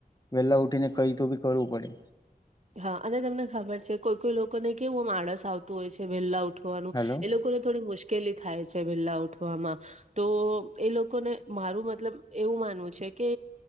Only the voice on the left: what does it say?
વેલા ઉઠીને કઈ તો બી કરવું પડે.
હેલો